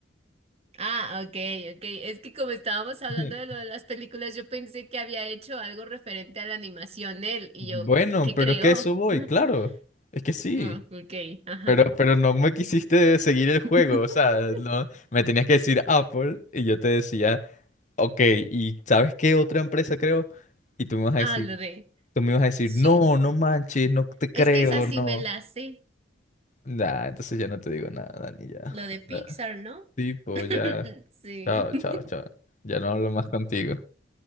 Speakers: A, on the right; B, on the left.
A: Ah, ok, ok. Es que como estábamos hablando
B: <laughs>
A: de lo de las películas, yo pensé que había hecho algo referente a la animación él y
B: Bueno,
A: yo, ¿qué
B: pero
A: creó?
B: es que a eso voy,
A: <laughs>
B: claro. Es que sí.
A: Ah, ok, ajá.
B: Pero, pero no me quisiste seguir el juego.
A: <laughs>
B: O sea, no, me tenías que decir Apple y yo te decía, ok, ¿y sabes qué otra empresa creo Y tú me vas a
A: Ah,
B: decir.
A: lo de...
B: Tú me ibas a decir,
A: Sí.
B: no, no manches, no te
A: Es
B: creo,
A: que esa sí
B: no.
A: me la sé.
B: Nah, entonces ya no te digo nada, Dani, ya.
A: Lo de
B: <laughs>
A: Pixar,
B: Nah,
A: ¿no?
B: Tipo,
A: <laughs>
B: ya.
A: Sí.
B: Chao,
A: <laughs>
B: chao, chao. Ya no hablo más contigo.